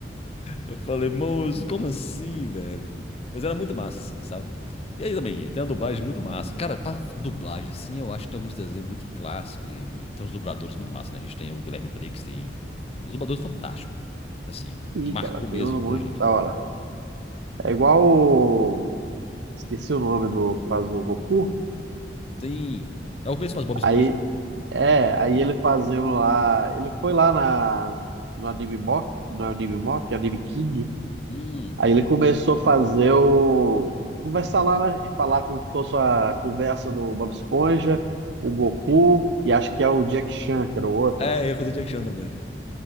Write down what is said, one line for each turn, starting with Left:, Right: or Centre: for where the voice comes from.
Left: Eu falei, moço, como assim, velho? Mas era muito massa, assim, sabe? E aí também, tem a dublagem muito massa. Cara, pra dublagem, assim, eu acho que tem alguns desenhos muito clássicos e tem uns dubladores muito massa, né? A gente tem o Guilherme Briggs, tem os dubladores fantásticos, assim,
Right: Sim,
Left: que marcou
Right: cara, tem
Left: mesmo
Right: um
Left: muita
Right: muito
Left: gente.
Right: da hora. É igual o... Esqueci o nome do que faz o Goku.
Left: Tem... É o mesmo que faz Bob Esponja.
Right: Aí, é, aí ele fazendo lá... Ele foi lá na... no Anime Mock, não é Anime Mock, é Anime King.
Left: Hum.
Right: Aí ele começou a fazer o. Conversar lá, né? E falar como se fosse a conversa do Bob Esponja, o Goku e acho que é o Jack Chan, que era o outro.
Left: É, ele fazia o Jack Chan também.